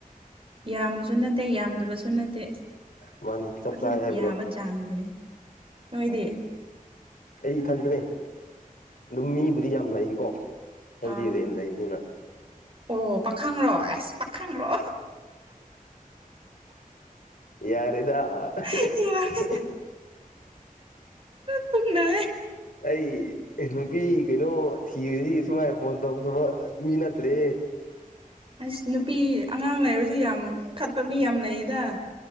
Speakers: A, on the right (about 40°); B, on the left (about 75°).
A: ꯌꯥꯝꯕꯁꯨ ꯅꯠꯇꯦ ꯌꯥꯝꯗꯕꯁꯨ ꯅꯠꯇꯦ
B: ꯃꯥꯅꯤ ꯆꯞ
A: ꯑꯗꯨꯝ
B: ꯆꯥꯏ ꯍꯥꯏꯕꯗꯣ
A: ꯌꯥꯕ ꯆꯥꯡꯗꯅꯤ ꯅꯣꯏ ꯏꯗꯦ
B: ꯑꯩ ꯏꯊꯟꯗꯅꯦ ꯑꯗꯨꯝ ꯃꯤꯕꯨꯗꯤ ꯌꯥꯝ ꯂꯩꯀꯣ ꯍꯥꯏꯗꯤ
A: ꯑꯥ
B: ꯔꯦꯟ ꯂꯩꯕꯤꯅ
A: ꯑꯣ ꯄꯥꯈꯪ꯭ꯔꯣ ꯑꯁ ꯄꯥꯈꯪꯔꯣ
B: ꯌꯥꯔꯗ
A: ꯌꯥꯔꯦ
B: <unintelligible>
A: ꯊꯅ
B: ꯑꯩ ꯑꯦ ꯅꯨꯄꯤ ꯀꯩꯅꯣ ꯊꯤꯔꯗꯤ ꯁꯨꯃꯥꯏꯅ ꯐꯣꯟ ꯇꯧꯗꯕ ꯃꯤ ꯅꯠꯇ꯭ꯔꯦ
A: ꯏꯁ ꯅꯨꯄꯤ ꯑꯉꯥꯡ ꯂꯩꯔꯁꯨ ꯌꯥꯝ ꯈꯠꯄ ꯃꯤ ꯌꯥꯝ ꯂꯩꯌꯦꯗ